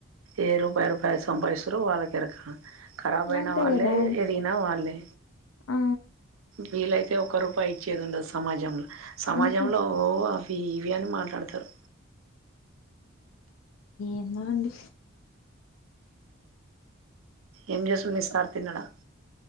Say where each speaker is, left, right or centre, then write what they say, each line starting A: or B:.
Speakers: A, on the right; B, on the left.
A: ఏ రూపాయి రూపాయ సంపాదిస్తారో వాళ్ళకేరక కరాబ్ అయిన
B: అంతే
A: వాళ్ళే
B: కదా
A: దిన వాళ్ళే
B: ఆ
A: వీళ్లయితే ఒక రూపాయి ఇచ్చేది ఉండదు సమాజంలో సమాజంలో
B: మ్హు
A: ఓ అవి ఇవి అని మాట్లాడతారు
B: ఎన్దో అండి
A: ఏం చేస్తడు మీసార్ తిన్నాడా